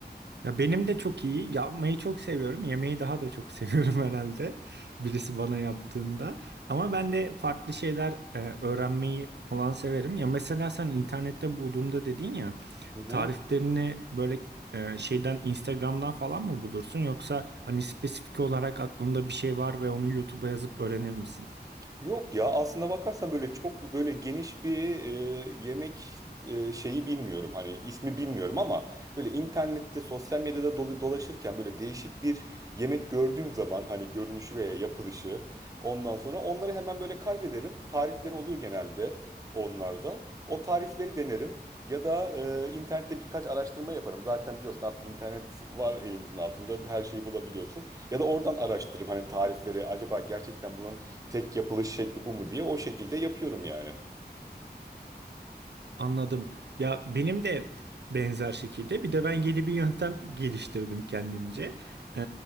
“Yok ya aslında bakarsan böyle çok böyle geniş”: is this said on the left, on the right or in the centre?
Right